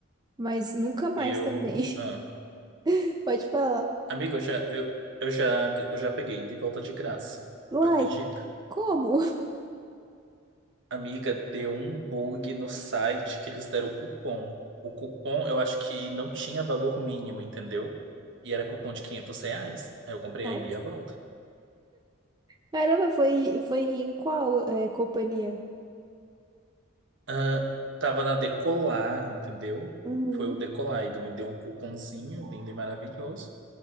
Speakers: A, on the right (about 20°); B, on the right (about 60°).
A: mas nunca mais
B: Eu.
A: também.
B: Ah.
A: <laughs> Pode falar.
B: Amiga, eu já, eu, eu já, eu já peguei de volta de graça.
A: Uai,
B: Tu acredita?
A: como?
B: Amiga, deu um bug no site que eles deram o cupom. O cupom, eu acho que não tinha valor mínimo, entendeu? E era cupom de 500 reais. Aí eu comprei
A: Ó.
B: a ida e a volta.
A: Caramba, foi, foi em qual, é, companhia?
B: Ah, tava na Decolar, entendeu?
A: Uhum.
B: Foi o Decolar. Ele me deu um cupomzinho lindo e maravilhoso.